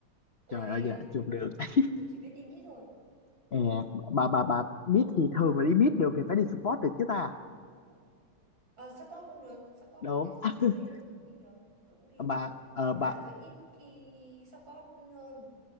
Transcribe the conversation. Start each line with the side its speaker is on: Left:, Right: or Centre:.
Right: tôi
Left: Trời
Right: hay
Left: ơi dạ
Right: um,
Left: chung đường. <laughs>
Right: tôi chỉ biết đi mid thôi
Left: Ờ, bà bà bà biết thì thường là đi biết được thì phải đi support được chứ ta.
Right: ờ, support cũng được support
Left: Đúng.
Right: của S-
Left: <laughs>
Right: SP tôi cũng đi được tôi cũng đi
Left: Bà
Right: được
Left: ờ
Right: nhưng
Left: bà
Right: mà tôi ít khi support hơn